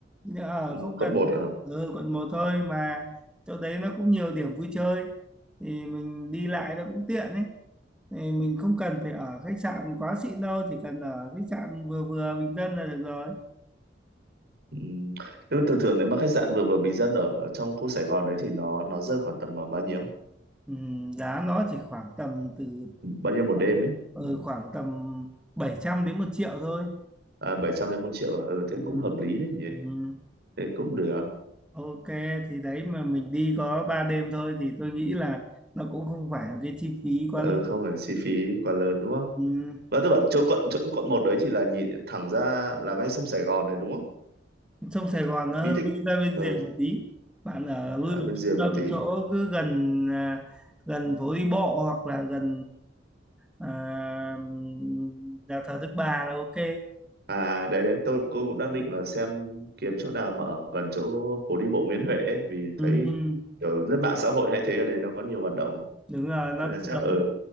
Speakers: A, in the centre; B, on the right (about 60°).
A: Ở
B: ừ,
A: không
B: quận
A: cần
B: một
A: ở quận một thôi mà chỗ đấy nó cũng nhiều điểm vui chơi thì mình đi lại nó cũng tiện ấy. Thì mình không cần phải ở khách sạn quá xịn đâu, chỉ cần ở khách sạn vừa vừa bình dân là được rồi.
B: Ừm, Nhưng mà thường thường nếu mà khách sạn vừa vừa bình dân ở trong khu Sài Gòn đấy thì nó nó rơi khoảng tầm vào bao nhiêu?
A: Ừm, giá nó chỉ khoảng tầm từ
B: Ừ, Bao nhiêu một đêm
A: tầm,
B: ấy?
A: ừ,
B: Ừm,
A: khoảng tầm 700 đến một triệu thôi.
B: À, 700 đến một triệu à? Ừ, thế
A: Ừm,
B: cũng hợp lý đấy nhỉ?
A: ừm.
B: Thế cũng được.
A: Ok thì đấy mà mình đi có 3 đêm thôi thì tôi nghĩ là nó cũng không phải là cái chi phí quá
B: Ừ,
A: lớn.
B: không phải chi phí quá lớn đúng không?
A: Ừm,
B: Và tôi bảo chỗ quận chỗ quận một đấy thì là nhìn thẳng ra là ngay sông Sài Gòn đấy đúng không?
A: Sông Sài Gòn nó
B: Bí
A: hơi
B: tích.
A: lui ra bên
B: Ừ,
A: rìa một tí. Bạn ở lui
B: à,
A: vào
B: bên
A: trung
B: rìa một
A: tâm
B: tí.
A: chỗ cứ gần à, gần phố đi bộ hoặc là gần à, nhà thờ Đức Bà là ok.
B: À đấy đấy, tôi cô cũng đang định là xem kiếm chỗ nào mà ở gần chỗ phố đi bộ Nguyễn Huệ ấy, vì thấy
A: Ừm,
B: kiểu lướt mạng xã hội hay thấy ở đây nó có nhiều hoạt động
A: Đúng rồi nó
B: nên là chắc
A: cũng giống
B: ở